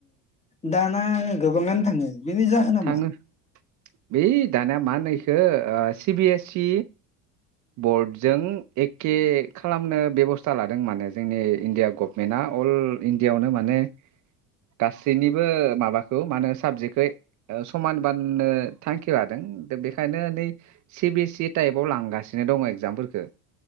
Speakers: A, on the left; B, on the right.
A: दाना आङो गोबाङानो थाङो। बेनि जाहोना
B: थाङो
A: मा
B: बे दाना मा होनो इ खो ओ सि बिए सि बर्डजों एखे खालामनो बेब'स्था लादों माने जोंनि इण्डिया गभमेन्टआ अल इण्डियावनो माने गासैनिबो माबा खौ मा होन साबजेक्टखै ओ समान बाननो थांखि लादों। दा बेखायनो नै सि बि एस सि इ टाइपआव लांगासिनो दङ एगजामफोरखो।